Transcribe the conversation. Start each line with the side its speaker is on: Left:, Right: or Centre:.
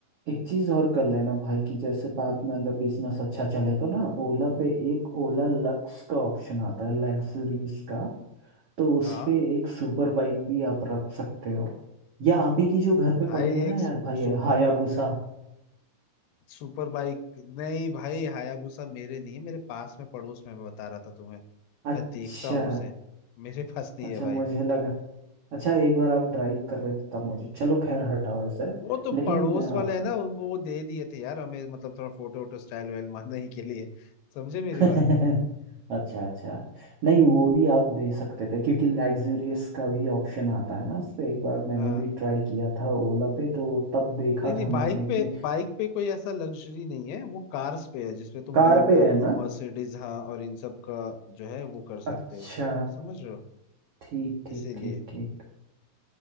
Right: एक चीज और कर लेना भाई कि जैसे बाद में अगर बिजनेस अच्छा चले तो ना ओला पे एक ओला लक्स का ऑप्शन आता है लग्जरीज का तो उस
Left: हाँ
Right: पे एक सुपर बाइक भी आप रख सकते हो या आप ही की जो घर पे
Left: भाई
Right: पड़ी है ना
Left: एक सुपर
Right: यार भाई हायाबुसा
Left: सुपर बाइक नहीं भाई हायाबुसा मेरे नहीं है मेरे पास में पड़ोस में मैं बता रहा था तुम्हें
Right: अच्छा
Left: मैं देखता हूँ उसे मेरे पास नहीं
Right: अच्छा
Left: है भाई
Right: मुझे लगा अच्छा एक बार आप ड्राइव कर रहे थे तब मुझे चलो खैर हटाओ इसे
Left: वो तो
Right: लेकिन
Left: पड़ोस
Right: अ,
Left: वाले हैं ना उनको वो दे दिए थे यार हमें मतलब थोड़ा फोटो वोटो स्टाइल वाइल मारने के लिए समझे मेरी
Right: <laughs>
Left: बात
Right: अच्छा अच्छा नहीं वो भी आप दे सकते थे क्योंकि लग्जूरियस का भी ऑप्शन आता है ना उस पे एक बार मैंने
Left: हाँ
Right: भी ट्राई किया था ओला पे तो तब देखा
Left: नहीं नहीं
Right: था
Left: बाइक
Right: मैंने
Left: पे
Right: कि
Left: बाइक पे कोई ऐसा लग्जरी नहीं है वो कार्स पे है जिसपे तुम
Right: कार
Left: बीएमडब्ल्यू
Right: पे है ना
Left: मर्सिडीज हाँ और इन सब का जो है वो कर
Right: अच्छा
Left: सकते हो समझ रहे हो
Right: ठीक ठीक
Left: इसीलिए
Right: ठीक ठीक